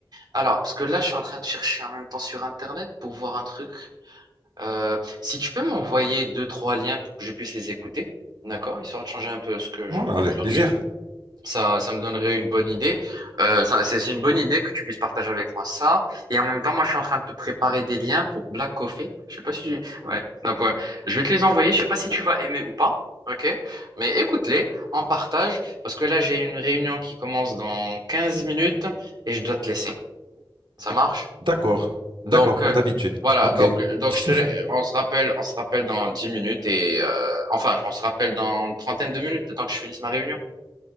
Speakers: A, on the right; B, on the right.
A: Alors, parce que là, je suis en train de chercher en même temps sur Internet pour voir un truc. Euh, si tu peux m'envoyer deux, trois liens pour que je puisse les écouter, d'accord? Histoire de changer un peu ce que
B: Ouais,
A: j'entends
B: avec
A: aujourd'hui.
B: plaisir.
A: Ça, ça me donnerait une bonne idée. Euh, ça- c'est c'est une bonne idée que tu puisses partager avec moi ça. Et en même temps, moi, je suis en train de te préparer des liens pour Black Coffee. Je sais pas si tu... Ouais. Donc, ouais, je vais te les envoyer. Je sais pas si tu vas aimer ou pas. OK? Mais écoute-les, en partage, parce que là, j'ai une réunion qui commence dans 15 minutes et je dois te laisser. Ça marche?
B: D'accord.
A: Donc,
B: D'accord, comme
A: euh,
B: d'habitude.
A: voilà.
B: Ok.
A: Donc, euh, donc
B: <laughs>
A: je te... la- on se rappelle, on se rappelle dans 10 minutes et... euh, enfin, on se rappelle dans une trentaine de minutes, le temps que je finisse ma réunion.